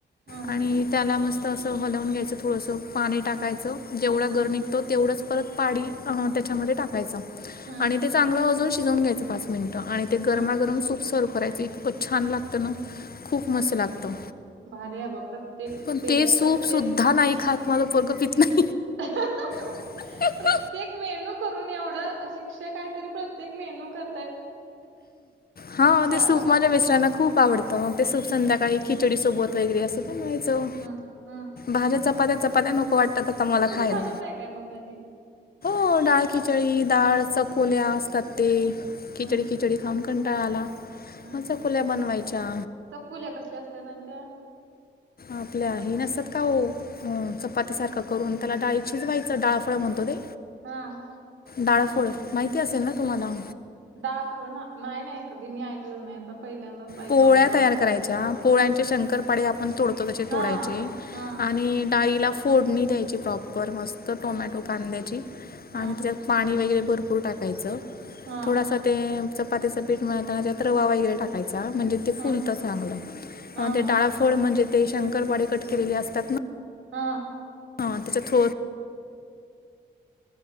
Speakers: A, on the right (about 80°); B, on the left (about 50°).
A: हा
B: आणि त्याला मस्त असं हलवून घ्यायचं, थोडंसं पाणी टाकायचं जेवढा
A: हा
B: गर निघ तो तेवढंच परत पाणी त्याच्यामध्ये टाकायचं,
A: हा
B: आणि ते चांगलं अजून शिजवून घ्यायचं. पाच मिनिटं आणि ते,
A: हा
B: गरमागरम सूप सर्व करायचं‌ इतक. खूप छान लागतं ना, खूप मस्त लागतो.
A: भारी आहे बा प्रत्येक
B: पण
A: पे-
B: ते सूप
A: प्रत्येक
B: सुद्धा नाही खात, माझं पोरगं पित नाही.
A: <unintelligible>
B: <unintelligible>
A: प्रत्येक मेनू करून एवढा, शिक्षक काय तरी प्रत्येक मेहनू कर.
B: हा
A: शाळा
B: ते सूप माझ्या मिस्टना खूप आवडतं, मग ते सूप संध्याकाळी.
A: हं,
B: खिचडी सोबत वगैरे असं पण व्हायचं,
A: हं, हं.
B: भाज्या चपात्या चपात्या नको वाटतात आता मला. खायला
A: ती बनवताय काय, मग कधी.
B: हो. डाळ खिचडी डाळ चकोल्या असतात, ते खिचडी.
A: हं,
B: खिचडी खाऊन कंटाळाला,
A: हं.
B: मग चकुल्या बनवायच्या.
A: चकुल्या कसल्या असत्यात, आणि त्या.
B: आपल्या हे नसतात, का हो. हो चपाती सारखं करून त्याला, डाळीचीच व्हायचं डाळफळ म्हणतो ते.
A: हां.
B: डाळफोळ माहिती असेल, ना तुम्हाला.
A: डाळ फळ ना- नाही नाही कधी मी ऐकल नाही, आता पहिल्यांदाच. ऐकावलं
B: पोळ्या
A: डाळ
B: तयार करायच्या, पोळ्यांचे शंकरपाडे आपण तोडतो तसे
A: हा
B: तोडायचे.
A: हा
B: आणि डाळीला फोडणी द्यायची, प्रॉपर मस्त टोमॅटो कांद्याची.
A: हा
B: आणि त्याच्यात पाणी वगैरे, भरपूर टाकायचं
A: हा
B: थोडासा. ते चपातीचं पीठ मिळताना, त्यात रवा वगैरे टाकायचा म्हणजे ते. ते
A: हा
B: फुल तर चांगलं
A: हा हा
B: ते, डाळफळ म्हणजे, ते शंकरपाडे कट केलेले असतात ना.
A: हां.
B: हं.. तेच्यात थो